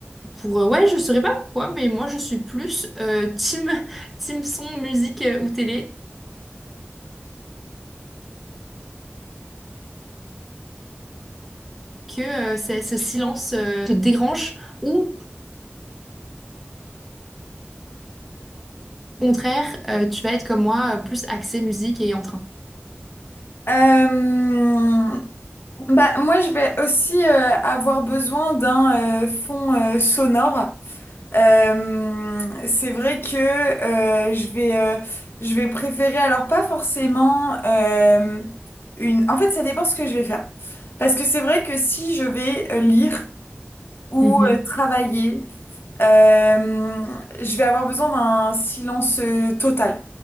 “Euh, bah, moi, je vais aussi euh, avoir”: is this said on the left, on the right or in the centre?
Left